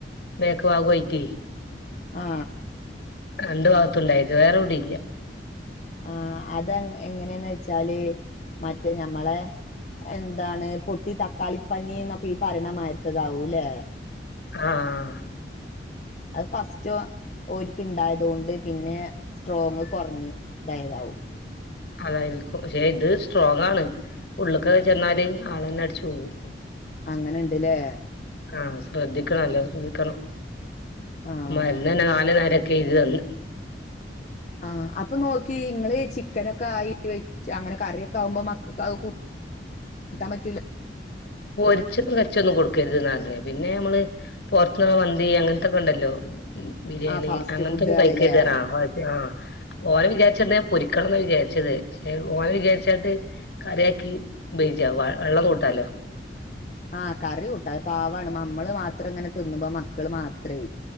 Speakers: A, on the left (about 65°); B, on the left (about 40°).
A: മേഖവാകുയിറ്റ
B: ആ
A: രണ്ട് ഭാഗത്തുണ്ടായിക്ക വേറെവിടെ ഇല്ല
B: ആഹ അത എങ്ങനെയന്ന് വെച്ചാല് മറ്റേ ഞമ്മളെ എന്താണ് പൊട്ടി തക്കാളിപ്പനി എന്നൊക്കെ ഈ ഭരണമായിരത്തതാവൂല്ലേ
A: ആഹ
B: അത് ഫസ്റ്റ് ഒരിക്ക ഇണ്ടായത കൊണ്ട് പിന്നെ സ്ട്രോങ്ങ് കുറഞ്ഞഞ് ഇതായതാവും
A: അതായിരിക്കും പക്ഷെ ഇത് സ്ട്രോങ് ആണ് ഉള്ളൊക്കെ ചെന്നാല് ആളന്നെ അടച്ച്ു പോവും
B: അങ്ങനെുണ്ടല്ലേ
A: ആഹ ശ്രദ്ധിക്കണല്ലോ ശ്രദ്ധിക്കണം
B: ആഹ്
A: മരുന്ന് തന്നെ നാല നേരൊക്കെ എ ഇത് തന്ന്
B: ആഹ അപ്പൊ നോക്കി നിങ്ങള് ചിക്കനൊക്കെ ആയി വെ അങ്ങനെ കറിയൊക്കെ ആകുമ്പോ മക്ക കട്ടാമറ്റല്ല
A: പൊരിച്ചും കച്ചൊന്നും കൊടുക്കരുത്ന്ന് പറഞ്ഞ പിന്നെ നമ്മള് പോറത്തുന്നുള്ള മന്തി അങ്ങനത്തെൊക്കെ ണ്ടല്ലോ ബിരിയാണി
B: ആഹ് ഫാസ്റ്റ്
A: അങ്ങനത്ത
B: ഫുഡുകളില്ലേ
A: ഒന്ന കഴഴുതറാ ആ അപ്പൊ ഓന വിചാരിച്ച എന്താ പൊരിക്കണം എന്ന വിചാരിച്ചത് ഓന വിചാരിച്ചായിട്ട് കറിയക്കി ബയിിച്ച വ വെള്ളം കൂട്ടാലോ
B: ആഹ് കറി കൂട്ട പാവാണ് നമ്മള് മാത്രം ഇങ്ങനെ തിന്നുമ്പോ മക്കള് മാത്രേ